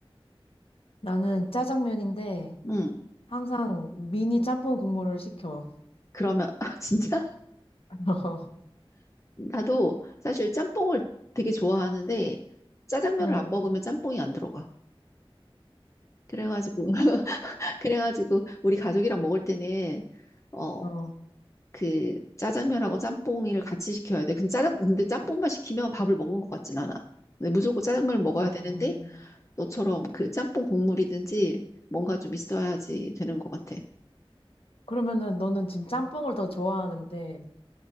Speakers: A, on the left (about 75°); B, on the left (about 30°).
A: 나는 짜장면인데
B: 응.
A: 항상 미니 짬뽕 국물을 시켜.
B: 그러면 <laughs> 아, 진짜
A: <laughs>
B: 나도 사실 짬뽕을 되게 좋아하는데 짜장면을
A: 응,
B: 안 먹으면 짬뽕이 안 들어가. 그래가지고 <laughs> 그래가지고 우리 가족이랑 먹을 때는 어,
A: 어,
B: 그 짜장면하고 짬뽕이를 같이 시켜야 돼. 근데 짜장 근데 짬뽕만 시키면 밥을 먹은 것 같진 않아. 근데 무조건 짜장면을 먹어야
A: 어.
B: 되는데 너처럼 그 짬뽕 국물이든지 뭔가 좀 있어야지 되는 것 같아.
A: 그러면은 너는 지금 짬뽕을 더 좋아하는데